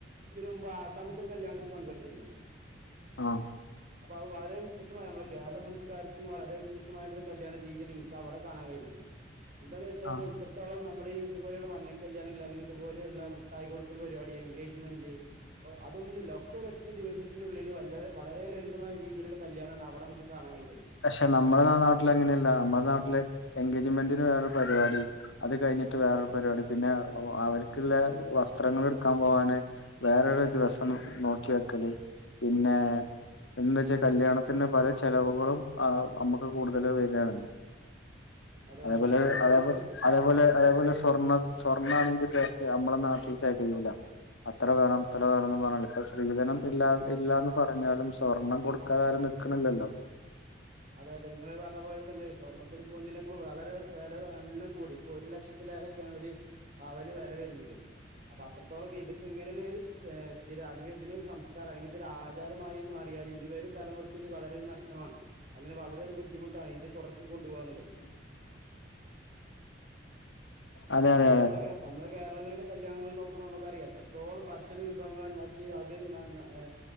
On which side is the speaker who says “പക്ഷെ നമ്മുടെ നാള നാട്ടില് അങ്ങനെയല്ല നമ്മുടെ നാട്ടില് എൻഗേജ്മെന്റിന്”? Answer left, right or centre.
Left